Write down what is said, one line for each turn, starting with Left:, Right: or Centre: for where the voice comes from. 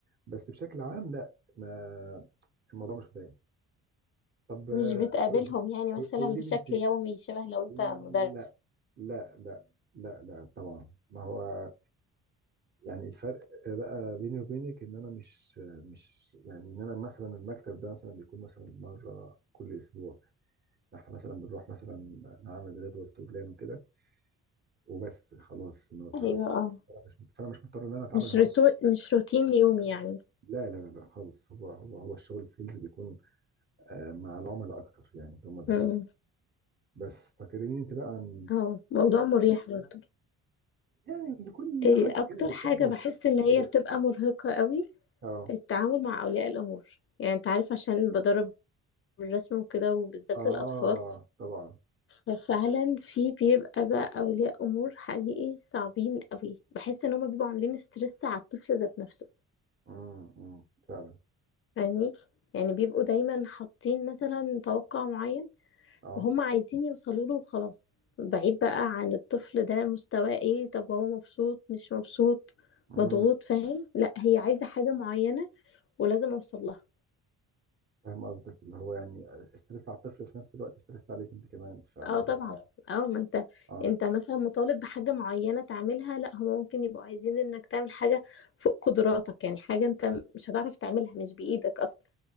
Right: بس بشكل عام لا ما الموضوع مش مضايقني طب آه،
Left: مش بتقابلهم يعني مثلا
Right: قولي
Left: بشكل
Right: لي انت
Left: يومي شبه لو انت
Right: لا
Left: مدرس
Right: لا لا لا لا طبعا ما هو يعني الفرق بقى بيني وبينك ان انا مش مش يعني ان انا مثلا المكتب ده مثلا بيكون مثلا مره كل اسبوع احنا مثلا بنروح مثلا نعمل ريبورت وبلان وكده وبس خلاص إنه ف-
Left: ايوه
Right: ف- فانا مش فانا مش مضطر ان انا اتعامل
Left: مش
Right: معاه
Left: روتو... مش روتين يومي يعني
Right: لا لا لا لا خالص هو هو هو الشغل السيلز بيكون آه، مع العملاء اكتر يعني اللي هم الدكاتره
Left: امم
Right: بس تكلميني انت بقى عن
Left: اه موضوع مريح برضه
Right: يعني لكل
Left: إيه
Right: حاجه
Left: اكتر
Right: جانب السيلز
Left: حاجة
Right: بس-
Left: بحس ان
Right: بجد
Left: هي بتبقى مرهقة قوي
Right: اه
Left: التعامل مع اولياء الامور يعني انت عارف عشان بدرب الرسم وكده وبالذات
Right: اه
Left: للاطفال
Right: طبعا
Left: ففعلا في بيبقى بقى اولياء امور حقيقي صعبين قوي بحس ان هما بيبقوا عاملين ستريس على الطفل ذات نفسه
Right: امم أمم، فعلا
Left: يعني يعني بيبقوا دايما حاطين مثلا توقع معين
Right: اه
Left: وهم عايزين يوصلوا له وخلاص بعيد بقى عن الطفل ده مستواه ايه طب هو مبسوط مش مبسوط
Right: امم
Left: مضغوط فاهم لا هي عايزة حاجة معينة ولازم اوصل لها
Right: فاهم قصدك اللي هو يعني استرس على الطفل وفي نفس الوقت استرس عليك انت كمان فالموضوع
Left: اه طبعا اه ما انت
Right: اه
Left: انت مثلا مطالب بحاجة معينة تعملها لا هما ممكن يبقوا عايزين انك تعمل حاجة فوق قدراتك يعني حاجة انت مش هتعرف تعملها مش بإيدك اصلا